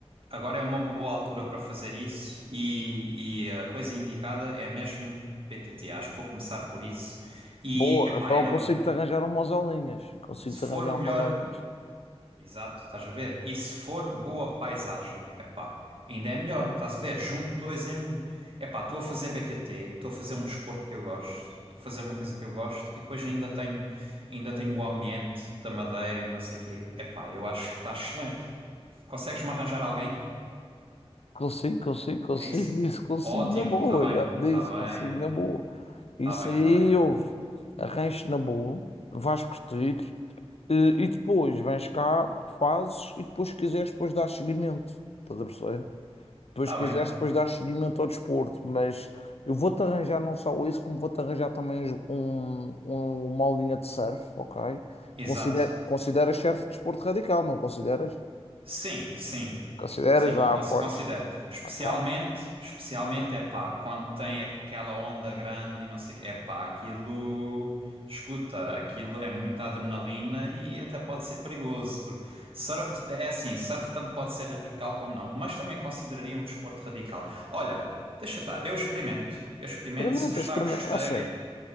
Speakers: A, on the right; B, on the left.
A: agora é uma boa altura para fazer isso e, e a coisa indicada é mesmo PTT. Acho que vou começar por isso. E,
B: boa,
A: epá,
B: então
A: era,
B: eu consigo-te arranjar umas aulinhas, consigo-te
A: se
B: arranjar
A: for melhor.
B: umas aulinhas.
A: Exato, estás a ver? E se for boa paisagem, epá, ainda é melhor, estás a ver? Junto dois em um. Epá, estou a fazer BTT, estou a fazer um desporto que eu gosto, estou a fazer uma coisa que eu gosto e depois ainda tenho, ainda tenho o ambiente da madeira e não sei o quê. Epá, eu acho que está excelente. Consegues-me arranjar alguém?
B: Consigo, consigo, consigo,
A: É isso?
B: <laughs> isso consigo
A: Ótimo,
B: na boa,
A: está bem,
B: já te disse,
A: está bem,
B: consigo na boa. Isso
A: está bem,
B: aí,
A: está bem.
B: houve, arranjo na boa, vais curtir, eh, e depois vens cá, fazes, e depois se quiseres, depois dás seguimento, estás a perceber? Depois
A: Está
B: quiseres,
A: bem,
B: depois dar seguimento ao desporto, mas eu vou-te arranjar não só isso, como vou-te arranjar também os- um, um- uma aulinha de surf, ok?
A: exato.
B: Considera, consideras surf desporto radical, não consideras?
A: Sim, sim.
B: Consideras?
A: Sim,
B: Ah,
A: cons-
B: pois.
A: considero. Especialmente,
B: Ok.
A: especialmente é pá, quando tem aquela onda grande e não sei o quê. É pá, aquilo, escuta, aquilo é muita adrenalina e até pode ser perigoso. porque surf- é assim, surf tanto pode ser radical como não, mas também consideraria um desporto radical. Olha, deixa estar, eu experimento. Eu experimento,
B: Experimenta,
A: se gostar,
B: experimenta.
A: gostei.
B: É assim.